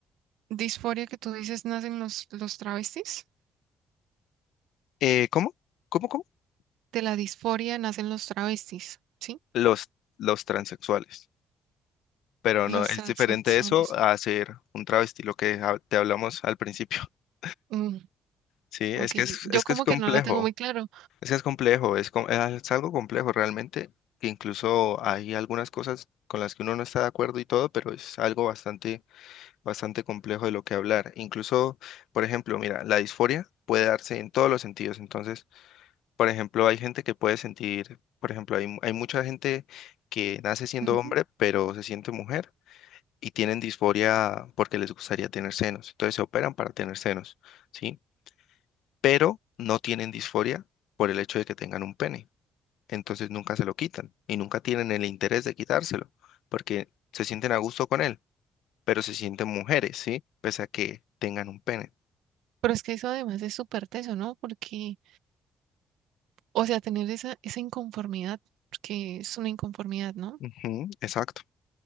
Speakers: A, on the right; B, on the left.
A: disforia que tú dices nacen los, los travestis,
B: Eh, ¿cómo? ¿Cómo, cómo?
A: de la disforia nacen los travestis, sí,
B: Los, los transexuales. Pero
A: los
B: no, es
A: transexuales.
B: diferente eso a ser un travesti, lo que hab- te hablamos al principio. <laughs>
A: Mm,
B: Sí, es
A: ok,
B: que es,
A: yo
B: es
A: como
B: que es complejo.
A: que no lo tengo muy claro,
B: Es que es complejo, es, com- ah, es algo complejo realmente, que incluso hay algunas cosas con las que uno no está de acuerdo y todo, pero es algo bastante, bastante complejo de lo que hablar. Incluso, por ejemplo, mira, la disforia puede darse en todos los sentidos. Entonces, por ejemplo, hay gente que puede sentir, por ejemplo, hay, mu- hay mucha gente que nace siendo
A: Ujú.
B: hombre, pero se siente mujer y tienen disforia porque les gustaría tener senos. Entonces se operan para tener senos, ¿sí? Pero no tienen disforia por el hecho de que tengan un pene entonces nunca se lo quitan y nunca tienen el interés de quitárselo, porque se sienten a gusto con él, pero se sienten mujeres, ¿sí? Pese a que tengan un pene.
A: Pero es que eso además es súper teso, ¿no? Porque O sea, tener esa, esa inconformidad, porque es una inconformidad, ¿no?
B: Ujú, exacto.